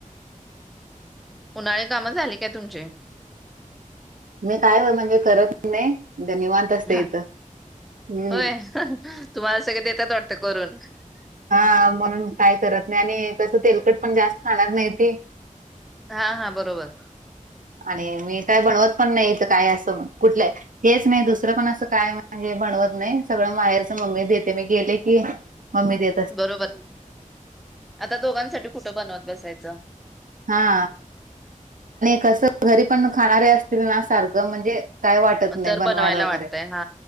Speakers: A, in the centre; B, on the right.
A: उन्हाळे काम झाली काय तुमचे?
B: मी काय हो म्हणजे करत नाही निवांत. असते
A: हा
B: इथं हम्म
A: होय तुम्हाला सगळे देतात वाटत करून.
B: हा म्हणून काय करत नाही आणि तसं तेलकट पण जास्त खाणार नाही ती.
A: हा हा बरोबर.
B: आणि मी काय बनवत पण नाहीथं काय असं कुठलंय. हेच नाही दुसरं पण असं काय म्हणजे बनवत नाही सगळं माहेरच मम्मी देते मी गेले की मम्मी दे
A: बरोबर आता दोघांसाठी कुठं बनवत बसायचं
B: हा कस घरी पण खाणारे असतील ना सारखं म्हणजे काय वाटत नाही
A: तर बनवायला
B: वगैरे.
A: वाटतय हा,